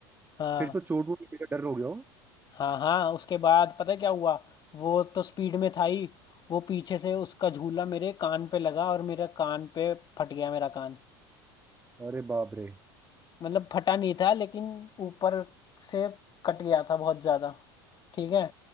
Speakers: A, on the left (about 35°); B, on the right (about 15°).
A: हाँ
B: फिर तो चोट वोट का डर हो गया हो
A: हाँ हाँ उसके बाद पता है क्या हुआ वो तो स्पीड में था ही वो पीछे से उसका झूला मेरे कान पे लगा और मेरा कान पे फट गया मेरा कान
B: अरे बाप रे
A: मतलब फटा नहीं था लेकिन ऊपर से कट गया था बहुत ज्यादा ठीक है